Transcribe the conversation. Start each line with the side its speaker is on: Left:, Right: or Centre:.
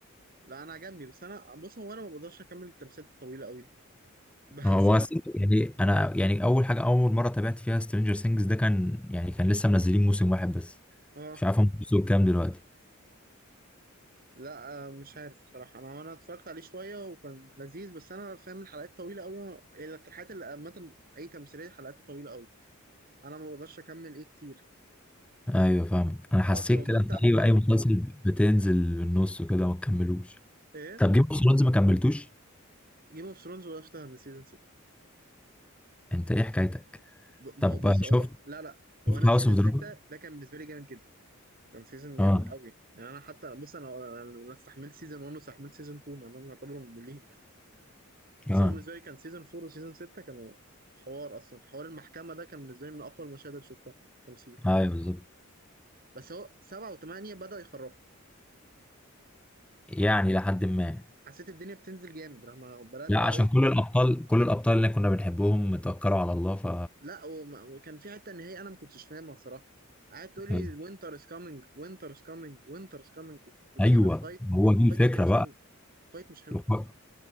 Right: لا انا عجبني بس انا بص هو انا ما بقدرش اكمل التمثيلات الطويله قوي دي <laughs>
Centre: هو
Right: بصراحه
Centre: Sing- يعني انا يعني اول حاجه اول مره تابعت فيها سترينجر سينجز ده كان يعني كان لسه منزلين موسم واحد بس
Right: اه
Centre: مش عارف هم وصلوا كام دلوقتي
Right: لا آه، مش عارف صراحة أنا أنا اتفرجت عليه شوية وكان لذيذ بس أنا فاهم الحلقات طويلة أوي يعني الحلقات اللي عامة أي تمثيلية حلقاتها طويلة أوي انا ما بقدرش اكمل ايه كتير
Centre: ايوه فاهمك انا
Right: الحوار
Centre: حسيت
Right: بيبقى ممتع
Centre: كده انت
Right: في
Centre: ايوه
Right: الاول
Centre: اي مسلسل
Right: وخلاص
Centre: بتنزل بالنص وكده ما تكملوش
Right: ايه
Centre: طب جيم اوف ثرونز ما كملتوش
Right: جيم اوف ثرونز وقفتها عند سيزون 6
Centre: انت ايه حكايتك
Right: ب- ما
Centre: طب
Right: هو بص
Centre: شفت
Right: هو لا لا هو
Centre: شفت
Right: انا
Centre: هاوس
Right: سيزون
Centre: اوف
Right: 6
Centre: دراجون
Right: ده كان بالنسبه لي جامد جدا كان سيزون جامد
Centre: اه
Right: قوي يعني انا حتى بص انا انا أنا استحملت سيزون 1 واستحملت سيزون 2 مع انهم يعتبروا مملين يعني بس
Centre: اه
Right: هو بالنسبه لي كان سيزون 4 وسيزون 6 كانوا حوار اصلا حوار المحكمه ده كان بالنسبه لي من اقوى المشاهد اللي شفتها تمثيل
Centre: ايوه بالظبط
Right: بس هو 7 و8 بدأوا يخرفوا
Centre: يعني لحد ما
Right: حسيت الدنيا بتنزل جامد لما بدأت
Centre: لا
Right: بقى
Centre: عشان
Right: اقول
Centre: كل الابطال كل الابطال اللي كنا بنحبهم اتوكلوا على الله ف
Right: لا وما- وكان في حته ان هي انا ما كنتش فاهمها الصراحه قعدت تقول لي
Centre: إيه،
Right: وينتر از كامينج وينتر از كامينج وينتر از كامينج وفي الاخر
Centre: ايوه
Right: الفايت
Centre: هو دي
Right: الفايت
Centre: الفكره
Right: ما كانتش حلوه الفايت مش حلو
Centre: بقى